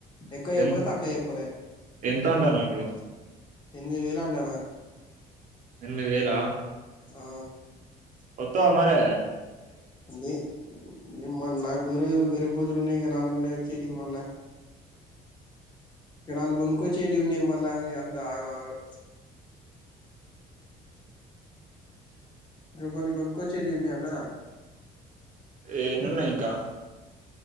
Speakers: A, on the left; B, on the right.
A: ఎక్కువ
B: ఎ
A: చపలే తక్కువ చపలే
B: ఎంత అంటానవ్ ఇప్పుడు
A: ఎనిమిది వేలు అన్నానా
B: ఎనిమిది వేలా
A: ఆ
B: వస్తావా మరి
A: ని నిమ్ నాకదిరేది వేరే పదులున్నాయి ఇంకా నాలుగున్నాయి వచ్చేడిమళ్ళ ఇక నాలుగు కోనుకుచ్చేడి ఉన్నాయి మళ్ళా అంతా ఆగం ఆగం ఇందులో కొన్ని కొన్ని కొచ్చేటియి ఉన్నాయి అన్నానా
B: ఏని ఉన్నాయి ఇంకా